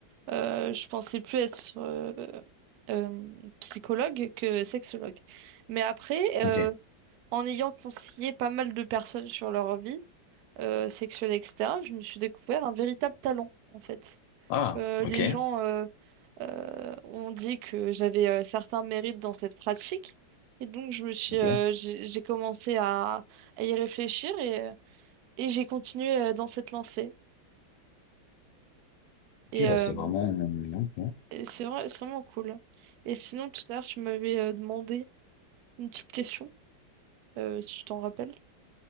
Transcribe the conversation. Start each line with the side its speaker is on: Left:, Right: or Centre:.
Right: euh, je pensais plus être euh, euh, psychologue que sexologue. Mais après,
Left: ok.
Right: euh, en ayant conseillé pas mal de personnes sur leur vie euh, sexuelle, etc., je me suis découvert un véritable talent, en fait.
Left: Ah,
Right: Euh,
Left: ok.
Right: les gens euh, Euh, on dit que j'avais euh, certains mérites dans cette pratique. Et donc, je me suis,
Left: Ok,
Right: euh, j'ai j'ai commencé à, à y réfléchir et, euh, et j'ai continué euh, dans cette lancée.
Left: Ok,
Right: Et,
Left: bah
Right: euh,
Left: c'est vraiment. ok.
Right: et c'est vrai, c'est vraiment cool. Et sinon, tout à l'heure, tu m'avais euh, demandé une petite question, euh, si je t'en rappelle.